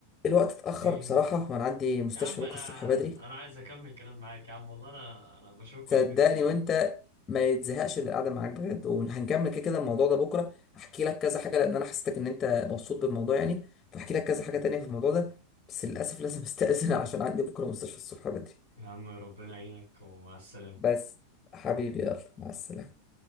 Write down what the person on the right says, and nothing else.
ايه
يا عم
انا
انا عايز اكمل كلام معاك يا عم والله انا انا بشوفك كل
فين وفين
يا عم ربنا يعينك ومع السلامة